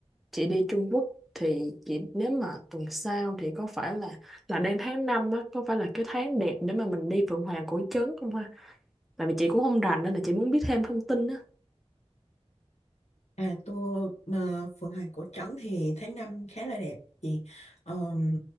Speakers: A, in the centre; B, on the left.
A: chị đi Trung Quốc thì chị nếu mà tuần sau thì có phải là là đang tháng 5 á có phải là cái tháng đẹp để mà mình đi Phượng Hoàng Cổ Trấn không ha? Tại vì chị cũng không rành nên là chị muốn biết thêm thông tin á.
B: à tour mà Phượng Hoàng Cổ Trấn thì tháng 5 khá là đẹp chị Ờm,